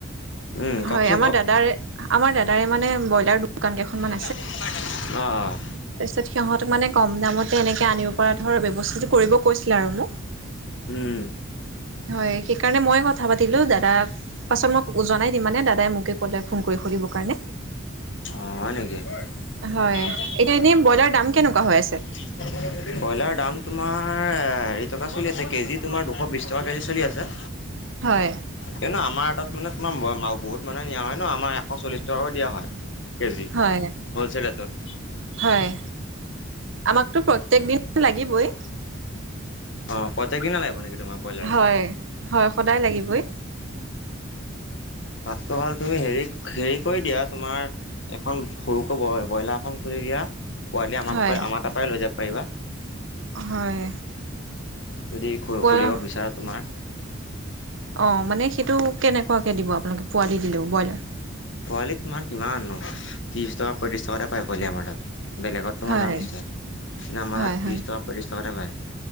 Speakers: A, on the left (about 65°); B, on the right (about 70°).
A: উম কওকচোন
B: হয় আমাৰ
A: কওক
B: দাদাৰে। আমাৰ দাদাৰে মানে ব্ৰইলা দো- দোকান কেইখনমান।
A: <unintelligible> অ'! অ'!
B: তাৰপিছত, সিহঁতক মানে, কম দামতে এনেকে আনিব পৰা ধৰ, ব্যৱস্থাটোক কৰিব কৈছিলে আৰু মোক।
A: উম!
B: হয়, সেইকাৰণে মই কথা পাতিলোঁ, দাদাক। পাছত, মই জনাই দিম মানে, দাদাই মোকে ক'লে, ফোন কৰি সুধিব কাৰণে।
A: অ হয় নেকি? হয়
B: হয়
A: তেনেহলে ছশটক-
B: এতিয়া এনেই ব্ৰইলাৰৰ দাম কেনেকুৱা হৈ আছে।
A: <unintelligible> ব্ৰইলাৰৰ দাম তোমাৰ হেৰি টকা চলি আছে। কেজি তোমাৰ দুশ বিছ টকা কেজি চলি আছে।
B: হয়।
A: কিন্তু, আমাৰ তাত মানে, তোমাৰ বহুত মানুহ নিয়া হয় ন'! আমাৰ এশ চল্লিশ টকাকেও দিয়া হয়। কেজি,
B: হয়
A: হলছেল ৰেটত?
B: হয়, আমাকতো প্ৰত্যেক দিন লাগিবই।
A: অ'! প্ৰত্যেক দিনা লাগিব নেকি, তোমাক ব্ৰইলাৰ?
B: হয় হয়, সদায় লাগিবই।
A: ভাতটো ভাল তুমি, হেৰি-হেৰি কৰি দিয়া। তোমাৰ এখন সৰুকৈ ব, ব্ৰইলাৰ এখন খুলি দিয়া। পোৱালি আমাৰ,
B: হয়
A: আমাৰ তাৰপৰাই লৈ যাব পাৰিবা।
B: হয়!
A: যদি, খু,
B: পোৱা
A: খুলিব বিচাৰা, তোমাৰ
B: অ'! মানে, সেইটো কেনেকুৱাকৈ দিব আপোনালোকে? পোৱালি দিলেও ব্ৰইলাৰ।
A: পোৱালি তোমাৰ, কিমাননো! ত্ৰিছ টকা, পঁয়ত্ৰিছ টকাতে পায়, পোৱালি আমাৰ তাত। বেলেগত তোমাৰ
B: হয়
A: দাম আছে। কিন্তু, আমাৰ
B: হয়
A: তাত, ত্ৰিছ
B: হয়
A: টকা, পঁয়ত্ৰিছ টকাতে পায়।